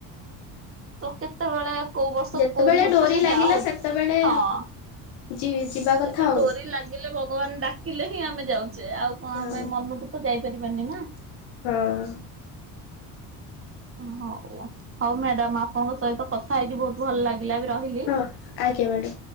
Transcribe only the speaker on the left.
ଯେତେବେଳେ
ଡୋରି ଲାଗିଲା
ସେତେବେଳେ
ଯି ଯିବା କଥା
ଆଉ।
ହଁ
ହଁ।
ହଁ ଆଜ୍ଞା ମ୍ୟାଡ଼ାମ।